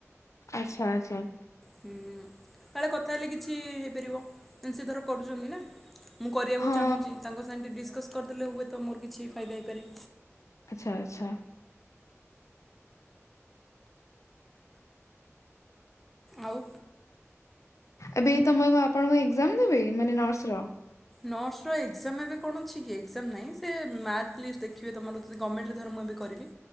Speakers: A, on the left; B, in the centre.
A: ଆଛା ଆଛା
B: ହୁଁ କାଳେ କଥା ହେଲେ କିଛି ହେଇପାରିବ ସେ ଧର କରୁଛନ୍ତି ନା ମୁଁ କରିବାକୁ
A: ହଁ
B: ଚାହୁଁଛି ତାଙ୍କ ସାଙ୍ଗେ ଡିସକସ୍ କରିଦେଲେ ହୁଏ ତ ମୋର କିଛି ଫାଇଦା ହେଇପାରେ
A: ଆଛା ଆଛା
B: ଆଉ
A: ଏବେ ଏଇ ତମେପା ଆପଣ କଣ ଏକ୍ଜାମ ଦେବେ ମାନେ ନର୍ସ ର
B: ନର୍ସର ଏକ୍ଜାମ ଏବେ କଣ ଅଛି କି ଏକ୍ଜାମ ନାହିଁ ସେ ମାର୍କ ଲିଷ୍ଟ ଦେଖିବେ ତମର ଯଦି ଗଭର୍ଣ୍ଣମେଣ୍ଟରେ ଧର ମୁଁ ଏବେ କରିବି